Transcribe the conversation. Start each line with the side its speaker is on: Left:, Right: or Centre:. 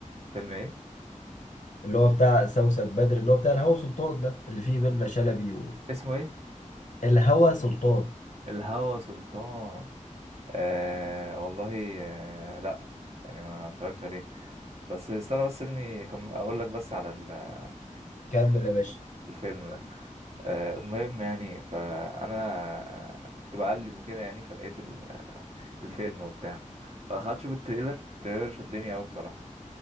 Right: فيلم إيه؟
Left: اللي هو بتاع سوسن بدر اللي هو بتاع الهوى سلطان ده اللي فيه منة شلبي و...
Right: اسمه إيه؟
Left: الهوى سلطان
Right: الهوى سلطان آه والله آه لأ يعني ما اتفرجتش عليه بس استنى بس ابني كم أقول لك بس على ال- آه،
Left: كمل يا باشا
Right: الفيلم ده آه، المهم يعني فانا كنت بقلب وكده يعني فلقيت ال- آه، الفيلم وبتاع فدخلت اشوف التريلر التريلر شدني قوي بصراحه